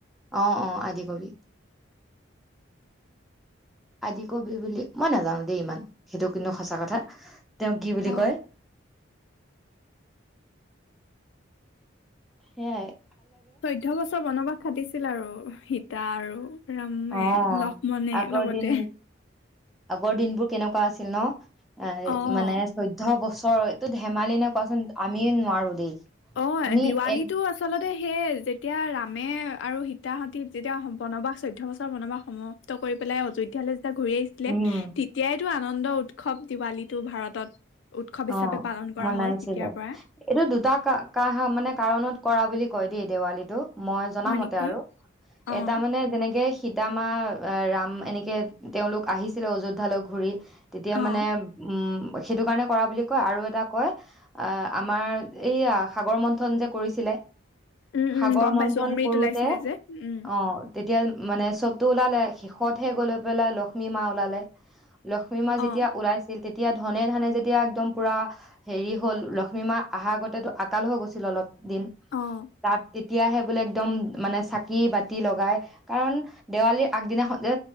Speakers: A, in the centre; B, on the left.
A: অ অ আদিকবি আদি কবি বুলি মই নাজানো দেই ইমান সেইটো কিন্তু সঁচা কথা তেওঁ কি বুলি
B: অ
A: কয় সেইযায়
B: চৈধ্যয় বছৰ বনবাস খতিছিল আৰু সীতা আৰু ৰামে
A: অ
B: লক্ষ্মণে
A: আগৰ
B: লগতে
A: দিন আগৰ দিনবোৰ কেনেকুৱা আছিল ন এ
B: অ
A: মানে চৈধ্যয় বছ এইটো ধেমালি নে কোৱাচোন আমিও নোৱাৰো দেই
B: অ
A: আমি
B: দিৱালীটো
A: এক
B: আচলতে সে যেতিয়া ৰামে আৰু তাহতি যেতিয়া বনবাস চৈধ্য বছৰ বনবাস সমাপ্ত কৰি পেলাই অযোধ্যালৈ ঘূৰি আহিছিলে
A: উম
B: তেতিয়াই এইটো আনন্দ উৎসৱ দিৱালীটো ভাৰতত উৎসৱ হিচাপে
A: অ
B: পালন কৰা
A: মনাইছিলে
B: হ'ল তেতিয়াৰ পৰাই।
A: এইটো দুটা কা মানে কাৰণত কৰা বুলি কয় দেই দেৱালীটো মই জনামতে
B: হয় নেকি?
A: আৰু
B: অ'
A: এটা মানে যেনেকে সীতামা ৰাম এনেকৈ তেওঁলোক আহিছিলে অযোধ্যালৈ ঘূৰি তেতিয়া
B: অ'
A: মানে উম সেইটো কাৰণে কৰা বুলি কয় আৰু এটা কয় আমাৰ এইয়া সাগৰ মন্থন যে কৰিছিলে
B: উম
A: সাগৰ
B: উম গম
A: মন্থন
B: পাইছো অমৃত
A: কৰোতে
B: ওলাইছিলে যে উম
A: অ তেতিয়া মানে চবটো ওলালে শেষতহে গৈ লৈ পেলাই লক্ষ্মী মা ওলালে লক্ষ্মীমা
B: অ'
A: যেতিয়া ওলাইছিল তেতিয়া এতিয়া ধনে ধানে যে এতিয়া একদম পুৰা হেৰি হ'ল লক্ষ্মী মা আহাৰ আগতেতো আকাল হৈ গৈছিল অলপ। দিন
B: অ'
A: <unintelligible> তেতিয়াহে বোলে একদম মানে চাকি বাতি লগাই কাৰণ দেৱালীৰ আগদিনা খনযে